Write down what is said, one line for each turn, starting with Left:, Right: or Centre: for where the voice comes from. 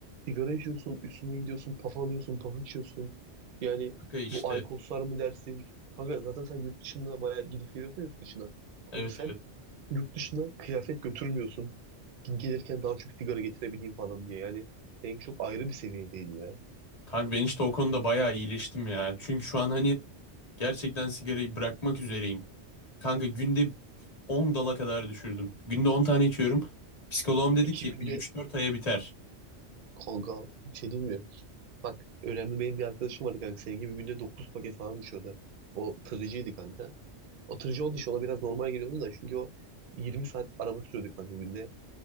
Right: sigara içiyorsun, üstüne gidiyorsun, paf alıyorsun, paf içiyorsun. Yani
Left: Kanka işte
Right: bu alkoslar mı dersin? Kanka zaten sen yurt dışında bayağı gidip geliyorsun yurt dışına.
Left: evet
Right: Kanka sen
Left: evet.
Right: yurt dışına kıyafet götürmüyorsun. Gelirken daha çok sigara getirebileyim falan diye. Yani seninki çok ayrı bir seviyedeydi ya.
Left: Kanka ben işte o konuda bayağı iyileştim ya. Çünkü şu an hani gerçekten sigarayı bırakmak üzereyim. Kanka günde 10 dala kadar düşürdüm. Günde 10 tane içiyorum. Psikoloğum dedi
Right: İki
Left: ki
Right: günde
Left: bir 3-4 aya biter.
Right: Kanka bir şey diyeyim mi? Bak önemli benim bir arkadaşım vardı kanka. Senin gibi günde 9 paket falan düşüyordu. O tırıcıydı kanka. O tırıcı olduğu için ona biraz normal geliyordu da çünkü o 20 saat araba sürüyordu kanka günde.